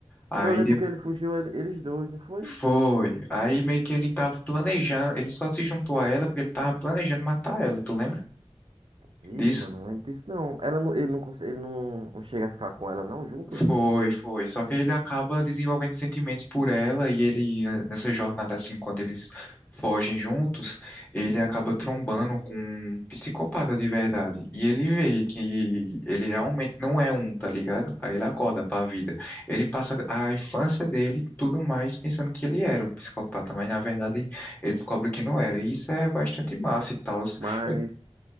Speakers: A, on the left; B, on the right.
A: Aí
B: Eu lembro
A: depois
B: que ele fugiu, ele- eles dois, não foi?
A: foi. Aí meio que ele tava planejando, ele só se juntou a ela porque ele tava planejando matar ela, tu lembra?
B: Vixe,
A: disso?
B: mano, não lembro disso não. Ela não, ele não, cons- ele não, não chega a ficar com ela não junto,
A: Foi, foi. Só que ele acaba desenvolvendo sentimentos por ela e ele, né, nessa jornada, assim, quando eles fogem juntos, ele acaba trombando com um psicopata de verdade. E ele vê que ele realmente não é um, tá ligado? Aí ele acorda pra vida. Ele passa a infância dele, e tudo mais, pensando que ele era um psicopata, mas na verdade ele descobre que não era. E isso é bastante massa e tal.
B: mas
A: Eu